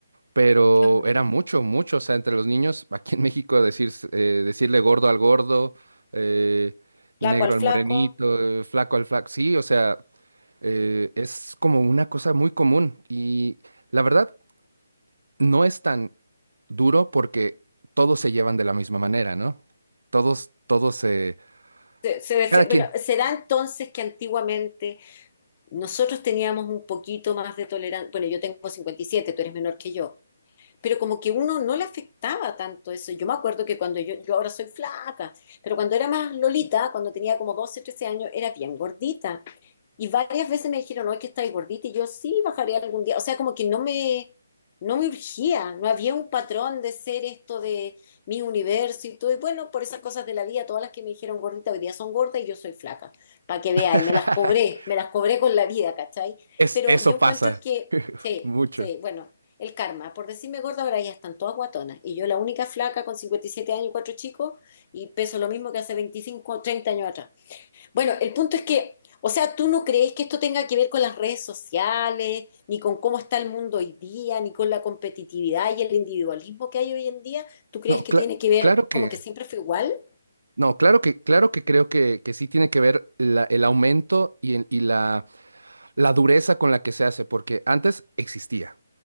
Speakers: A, on the right; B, on the left.
A: pero
B: Dios mío.
A: era mucho, mucho, o sea, entre los niños, <laughs> aquí en México decir, eh, decirle gordo al gordo, eh, negro
B: Flaco al
A: al
B: flaco.
A: morenito, eh, flaco al flaco, sí, o sea, eh, es como una cosa muy común y la verdad no es tan duro porque todos se llevan de la misma manera, ¿no? Todos, todos, eh,
B: Se, se defi-
A: cada quien.
B: bueno, será entonces que antiguamente nosotros teníamos un poquito más de tolerancia. Bueno, yo tengo 57, tú eres menor que yo. pero como que uno no le afectaba tanto eso. Yo me acuerdo que cuando yo, yo ahora soy flaca, pero cuando era más lolita, cuando tenía como 12 13 años, era bien gordita. Y varias veces me dijeron, no, es que estáis gordita, y yo sí bajaría algún día. O sea, como que no me, no me urgía, no había un patrón de ser esto de mi universo y todo. Y bueno, por esas cosas de la vida, todas las que me dijeron gordita hoy día son gordas y yo soy flaca, para que veáis,
A: <laughs>
B: me las cobré, me las cobré con la vida, ¿cachai?
A: Es,
B: Pero
A: eso
B: yo encuentro
A: pasa
B: que,
A: <laughs>
B: sí,
A: mucho.
B: sí, bueno, el karma, por decirme gorda, ahora ya están todas guatonas. Y yo la única flaca con 57 años y cuatro chicos y peso lo mismo que hace 25 o 30 años atrás. Bueno, el punto es que, o sea, ¿tú no crees que esto tenga que ver con las redes sociales, ni con cómo está el mundo hoy día, ni con la competitividad y el individualismo que hay hoy en día? ¿Tú crees
A: No,
B: que
A: cla-
B: tiene que ver
A: claro que...
B: como que siempre fue igual?
A: No, claro que, claro que creo que, que sí tiene que ver la- el aumento y, el- y la, la dureza con la que se hace, porque antes existía,